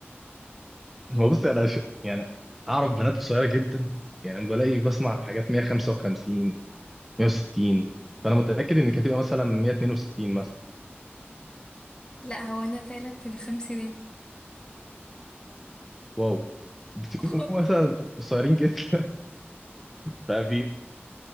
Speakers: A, in the centre; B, on the left.
A: هو بص انا ش... يعني اعرف بنات قصيرة جدا يعني بلاقي بسمع حاجات 155 160 فانا متأكد انك هتبقى مثلا 162 مثلا
B: لا هو انا فعلا في الخمسينات
A: واو بتبقوا
B: <laughs>
A: مثلا قصيرين جدا فبي